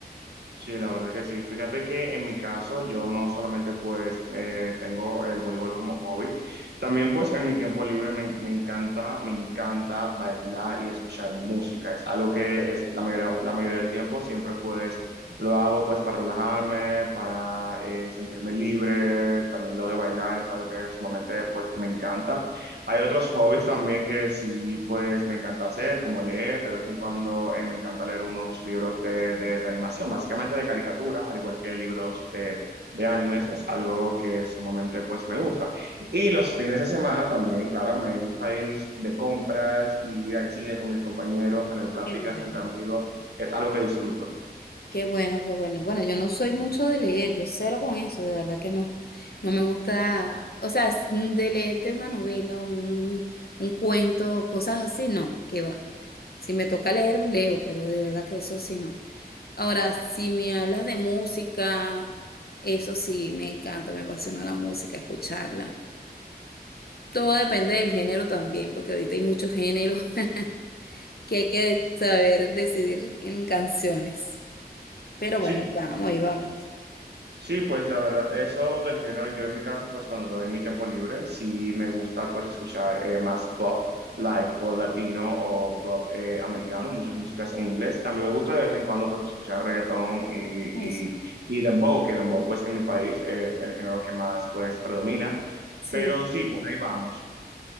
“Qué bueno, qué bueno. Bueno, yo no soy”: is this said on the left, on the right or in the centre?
Left